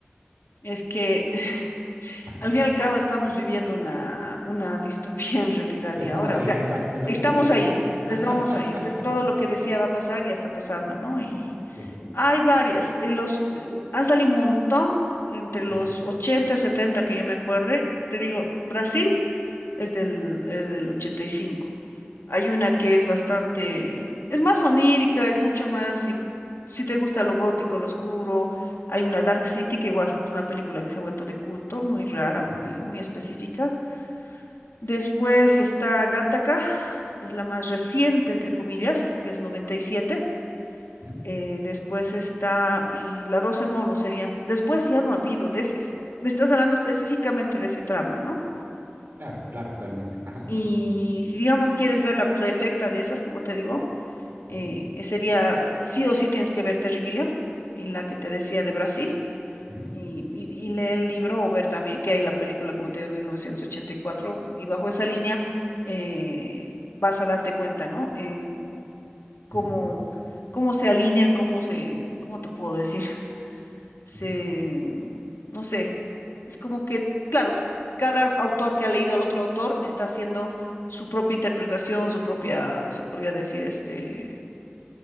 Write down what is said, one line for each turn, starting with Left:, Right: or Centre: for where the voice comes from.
Left: Es que <laughs>
Right: Ajá.
Left: Al fin y al cabo estamos viviendo una, una distopía en realidad
Right: Ya
Left: y
Right: estamos
Left: ahora,
Right: ahí,
Left: o sea,
Right: exacto, es lo
Left: estamos
Right: que te iba a decir.
Left: ahí,
Right: <laughs>
Left: estamos ahí, o sea, es todo lo que decía va a pasar ya está pasando, ¿no? Y
Right: sí,
Left: hay varias, eh, los, eh, han salido un montón entre los
Right: Ajá.
Left: 80 70 que yo me acuerde, te digo, Brasil es del, es del ochenta y cinco Hay una que es bastante, es más onírica, es mucho más, im- si te gusta lo gótico, lo oscuro, hay una Dark City que igual es una película que se ha vuelto de culto, muy rara,
Right: Ujú.
Left: muy, muy específica. Después está Gattaca, es la más reciente, entre comillas, que es 97.
Right: Ujú.
Left: Eh, después está, y la 12 monos sería. Después ya no ha habido, des- me estás hablando específicamente de ese trama, ¿no?
Right: claro, claro, totalmente. Ajá.
Left: Y si, digamos, quieres ver la trifecta de esas, como te digo, eh,
Right: Ujú.
Left: eh, sería, eh, sí o sí tienes que ver Terry Gilliam y la que te decía de Brasil,
Right: Ujú.
Left: y, y- y leer el libro o ver también que hay la película, como te digo, 1984, y cuatro, y bajo esa línea eh, vas a darte cuenta, ¿no? En cómo,
Right: Ujú.
Left: cómo se alinean, cómo se, ¿cómo te puedo decir? se,
Right: Ujú.
Left: no sé, es como que, claro, cada autor que ha leído al otro autor está haciendo su propia interpretación, su propia, se podría decir, este,